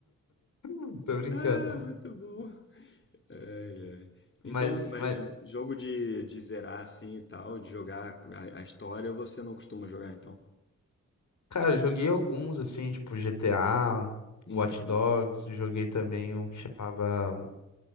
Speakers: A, on the left; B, on the left.
A: <laughs> Tô brincando.
B: Ah, muito bom. Ai, ai. Então,
A: Mas,
B: mas
A: mas,
B: jogo de, de zerar assim e tal, de jogar a, a história, você não costuma jogar, então?
A: cara, eu joguei alguns, assim, tipo GTA,
B: Uhum.
A: Watch Dogs, joguei também um que chamava